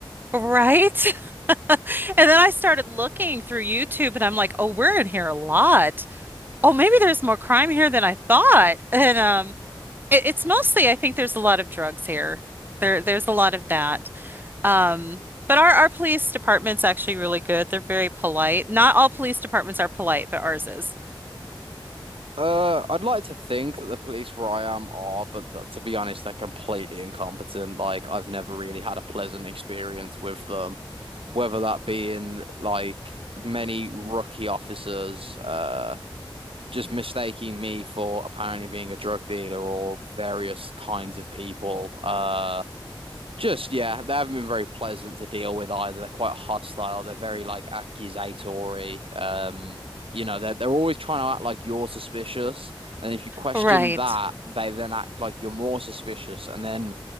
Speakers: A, on the right; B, on the right.
A: Right? <laughs> And then I started looking through YouTube and I'm like, oh, we're in here a lot. Oh, maybe there's more crime here than I thought. And um It, it's mostly, I think there's a lot of drugs here. There, there's a lot of that. Um, but our, our police department's actually really good. They're very polite. Not all police departments are polite, but ours is.
B: Uh, I'd like to think that the police where I am are, but th to be honest, they're completely incompetent. Like, I've never really had a pleasant experience with them. whether that being like many rookie officers uh just mistaking me for apparently being a drug dealer or various kinds of people uh just yeah, they haven't been very pleasant to deal with either. They're quite hostile. They're very like accusatory. Um, you know, they're they're always trying to act like you're suspicious, and if you question
A: Right.
B: that, they then act like you're more suspicious. And then